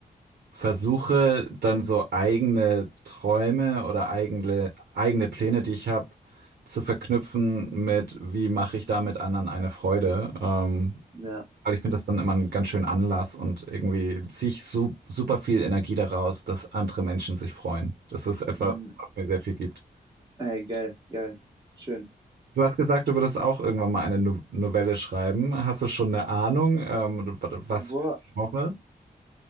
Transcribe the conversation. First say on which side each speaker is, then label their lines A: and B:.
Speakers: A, on the right; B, on the right.
A: versuche, dann so eigene Träume oder eigene, eigene Pläne, die ich habe, zu verknüpfen mit, wie mache ich damit anderen eine Freude. Ähm,
B: Ja.
A: Weil ich finde das dann immer einen ganz schönen Anlass und irgendwie ziehe ich su super viel Energie daraus, dass andere Menschen sich freuen. Das ist etwas,
B: Mhm.
A: was mir sehr viel gibt.
B: Ey, geil, geil. Schön.
A: Du hast gesagt, du würdest auch irgendwann mal eine no Novelle schreiben. Hast du schon eine Ahnung, ähm, wa- was
B: Boah,
A: für ein Genre?